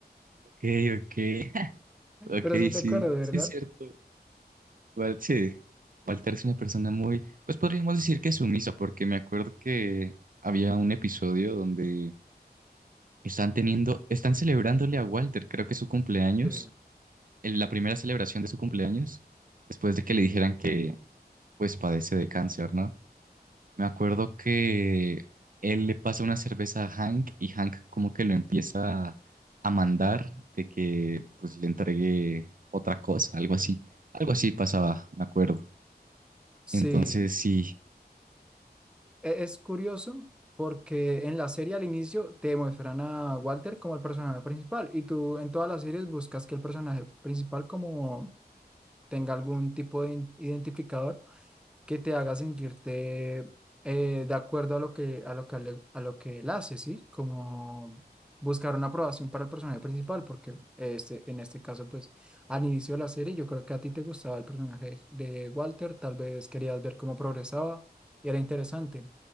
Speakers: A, on the right; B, in the centre.
A: Ok, ok, <laughs> ok,
B: Pero sí te
A: sí,
B: acuerdas, ¿verdad?
A: sí es cierto. Wal- sí, Walter es una persona muy, pues podríamos decir que sumisa, porque me acuerdo que había un episodio donde están teniendo, están celebrándole a Walter, creo que es su cumpleaños,
B: Sí.
A: el- la primera celebración de su cumpleaños, después de que le dijeran que pues padece de cáncer, ¿no? Me acuerdo que él le pasa una cerveza a Hank y Hank como que lo empieza a mandar de que pues le entregue otra cosa, algo así. Algo así pasaba, me acuerdo.
B: Sí.
A: Entonces sí,
B: E- Es curioso porque en la serie al inicio te muestran a Walter como el personaje principal y tú en todas las series buscas que el personaje principal como tenga algún tipo de in- identificador que te haga sentirte eh, de acuerdo a lo que, a lo que, le- a lo que él hace, ¿sí? Como buscar una aprobación para el personaje principal, porque este, en este caso, pues, al inicio de la serie, yo creo que a ti te gustaba el personaje de Walter, tal vez querías ver cómo progresaba y era interesante.